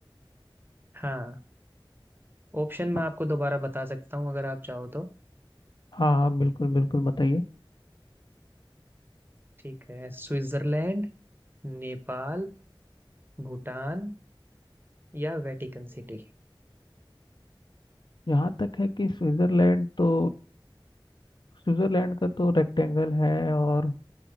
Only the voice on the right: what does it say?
हाँ ऑप्शन
मैं आपको दोबारा बता सकता हूँ अगर आप चाहो तो
ठीक है स्विट्जरलैंड नेपाल भूटान या वेटिकन सिटी